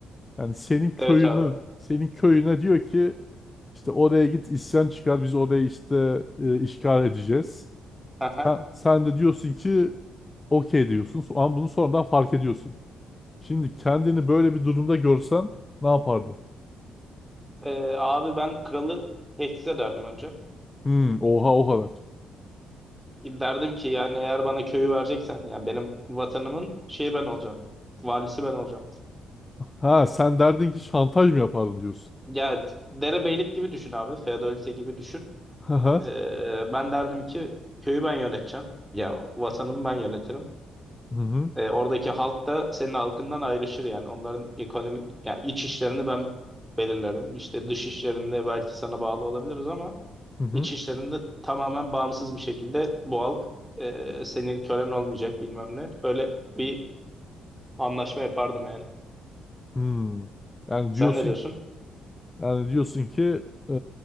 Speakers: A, on the left; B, in the centre.
A: Yani senin köyünü
B: Evet abi.
A: senin köyüne diyor ki işte oraya git isyan çıkar biz orayı işte e, işgal edeceğiz.
B: Aha.
A: Sen, sen de diyorsun ki okey diyorsun. So- Ama bunu sonradan fark ediyorsun. Şimdi kendini böyle bir durumda görsen ne yapardın?
B: Ee, abi ben kralı tehdit ederdim önce.
A: Hmm, oha o kadar.
B: Derdim ki yani eğer bana köyü vereceksen yani benim vatanımın şeyi ben olacağım. Valisi ben olacağım.
A: Ha sen derdin ki şantaj mı yapardın diyorsun.
B: Ya derebeylik gibi düşün abi. Feodalite gibi düşün.
A: Hı hı.
B: Ee, ben derdim ki köyü ben yöneteceğim. Ya vatanımı ben yönetirim.
A: Hı hı.
B: Ee, oradaki halk da senin halkından ayrışır yani. Onların ekonomik ya iç işlerini ben belirlerim. İşte dış işlerinde belki sana bağlı olabiliriz ama
A: Hı hı.
B: iç işlerinde tamamen bağımsız bir şekilde bu halk e, senin kölen olmayacak bilmem ne. Böyle bir anlaşma yapardım yani.
A: Hmm. Yani
B: Sen
A: diyorsun
B: ne diyorsun?
A: yani diyorsun ki e,